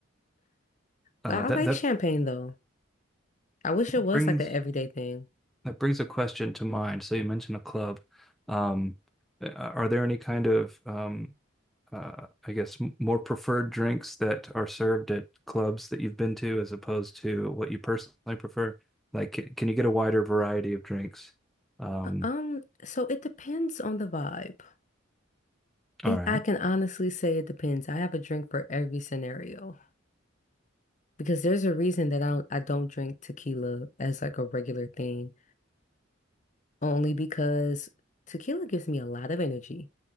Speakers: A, in the centre; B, on the left.
A: uh,
B: But I
A: that
B: like
A: that
B: champagne though. I wish it was
A: brings
B: like an everyday thing.
A: that brings a question to mind. So you mentioned a club. Um, uh, are there any kind of um, uh, I guess more preferred drinks that are served at clubs that you've been to as opposed to what you personally prefer? Like, can, can you get a wider variety of drinks? Um,
B: Uh, Um, so it depends on the vibe. It
A: all right.
B: I can honestly say it depends. I have a drink for every scenario. Because there's a reason that I don't, I don't drink tequila as like a regular thing, only because tequila gives me a lot of energy.